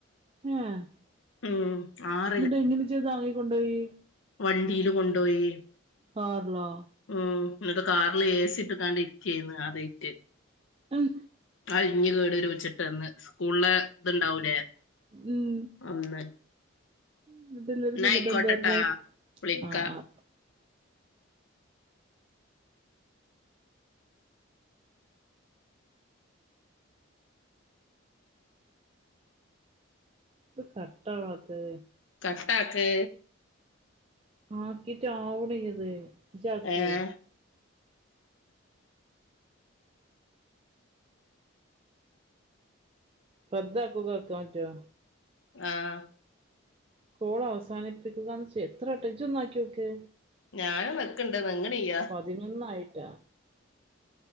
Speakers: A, on the right; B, on the left.
A: <unintelligible>
B: ഉം ആഹ്
A: എന്നിട്ട് എങ്ങനെ ഇജ് ഇതാങ്ങി ക്കൊണ്ടോയി
B: വണ്ടിയില് കൊണ്ടോയി
A: കാറിലോ
B: ഉം എന്നിട്ട് കാറില് ഏസി ഇട്ട് കാണ്ടിരിക്കയിരുന്ന് അതേറ്റ്
A: ഉം
B: ആ ഇഞ്ഞ് കേടു വെരുച്ച്ട്ടന്ന്സ്കൂളില് ഇത് ഉണ്ടാവൂലേ
A: ഉം
B: അന്ന്
A: എന്നിട്ട് എല്ലാരും
B: ന്നാ
A: തിന്നിട്ട്
B: ആയിക്കോട്ടട്ടാ
A: എന്താ പറഞ്ഞേ
B: വിളിക്ക
A: ആഹ് ആഹ് ഇത് കട്ടവാത്ത്
B: കട്ടാക്ക്
A: ആക്കീട്ട് ആവണില്ലത് ഇജ്ജ് ആക്ക്
B: ഏഹ്
A: വെറുതെ ആകുമ്പോആക്കപറ്റുവോ
B: ആഹ്
A: കോള് അവസാനിപ്പിക്കുകന്ന് ഇജ്ജ് എത്ര വട്ടം ഇജ്ജ് ഒന്ന് ആക്കി യോക്ക്
B: ഞാനും നെക്ക്ണ് നെങ്ങ് ണില്ല
A: പതിനൊന്നായിട്ടാ